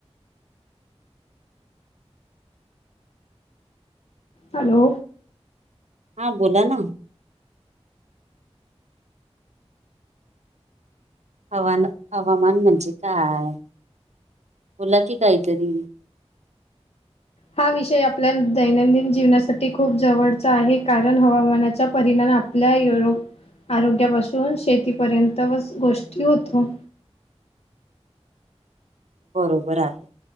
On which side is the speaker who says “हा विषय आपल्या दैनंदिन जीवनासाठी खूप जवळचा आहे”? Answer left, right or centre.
Left